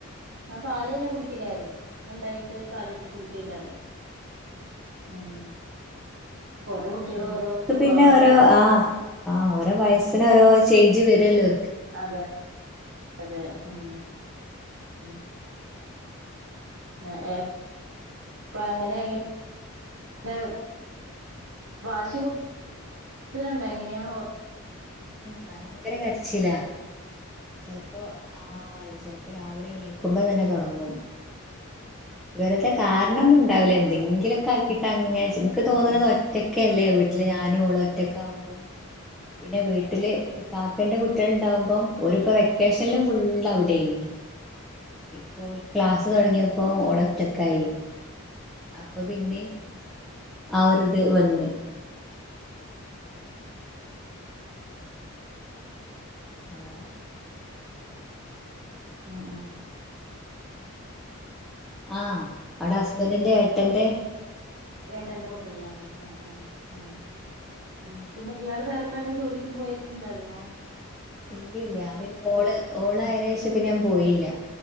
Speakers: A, on the right; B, in the centre.
A: ആ പാല് തന്നെ അവൻ കുടിക്കില്ലാരുന്നു അവൻ ഉണ്ടായിട്ട് പാല് കുടിക്കില്ലാരുന്നു ഉം ഓരോ കുട്ടികളും
B: ആ
A: ഓരോ
B: അവർക്ക്
A: സ്വഭാവല്ലേ
B: പിന്നെ ഓരോ ആ ആ ഓരോ വയസിന് ഓരോ ചേഞ്ച് വരെല്ലോ
A: അതെ അതെ ഉം ഉം ആഹ് ഏ ഇപ്പൊ അങ്ങനെ <unintelligible> വാശി കൂ ടതിലുണ്ടാ എങ്ങനെയാ ഓ
B: ഭയങ്കര കരച്ചിലാ ചെലപ്പോ ആ ആഴ്‌ച്ച രാവിലെ ണീക്കുമ്പോ തന്നെ തൊടങ്ങും വെറുതെ കാരണൊന്നും ഉണ്ടാവില്ല എന്തങ്കിലൊക്കെ
A: ആ
B: ആക്കീട്ട് അങ്ങനെ ചി ഇൻക്ക് തോന്നണത് ഒറ്റക്കല്ലേ വീട്ടില് ഞാനും ഓളും ഒറ്റക്ക് ആവുമ്പോ പിന്നെ വീട്ടില് കാക്കന്റെ കുട്ടികള് ണ്ടാവുമ്പോം ഒരുപ്പ വെക്കേഷനില് ഫുള്ള അവിടെ ആയിരിക്കും ഇപ്പോ ഓല്ക്ക് ക്ലാസ്സ് തുടങ്ങിയപ്പോ ഓള് ഒറ്റക്ക് ആയി അപ്പൊ പിന്നെയും ആ ഒരു ഇത് വന്ന് <inaudible>
A: ആ
B: ആഹ് അടെ ഹസ്ബൻഡിന്റെ എ തെന്തേ
A: ഏട്ടന്റെ കു കുട്ടികളാണ് ആ ആ ആ ഉം പിന്നെ ഇയാള് വേറെ വല്ല ജോലിക്കും പോയിട്ടിണ്ടായിരുന്നോ
B: ഇല്ലല്ല പിന്നെ മോള് ഓളായന് ശേ ക്കെ ഞാൻ പോയില്ല